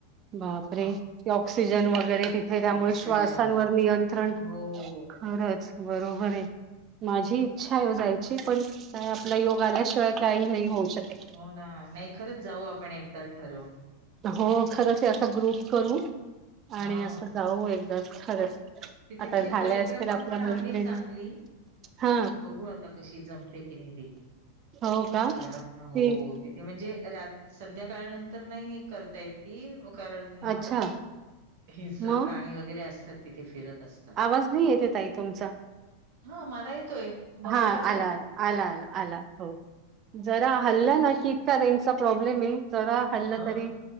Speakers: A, on the right; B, on the right.
A: बापरे
B: हा.
A: ते ऑक्सिजन वगैरे तिथे त्यामुळे
B: ऑक्सिजन.
A: श्वासांवर नियंत्रण
B: हो,
A: खरंच बरोबर आहे. माझी इच्छा आहे हो जायची पण का आपला योग आल्याशिवाय काही नाही होऊ शकेल.
B: हो ना नाही खरंच जाऊ आपण एकदा ठरवून.
A: हो खरंच असा ग्रुप करू
B: हां.
A: आणि असं जाऊ एकदाच खरंच.
B: ती
A: आता
B: तिथली
A: झाल्या
B: परिक्रमा
A: असतील आपल्या
B: पण आहे
A: मैत्रिणी.
B: चांगली.
A: हा
B: बघू आता कशी जमते की नाही ते,
A: हो का
B: कारण ना हो.
A: ती
B: तिथे म्हणजे रात संध्याकाळनंतर तर नाही करता येत ती कारण
A: अच्छा
B: हिस्र
A: मग
B: प्राणी वगैरे असतात तिथ. तिथे फिरत असतात
A: आवाज नाही येते ताई तुमचा
B: <inaudible> हा मला ये ते, तुम्हाला
A: हा
B: येतोय आता?
A: आला आला आला आला आला हो, जरा हल्ला ना की रेंजचा प्रॉब्लेम आहे जरा हाल्ल
B: हं.
A: तरी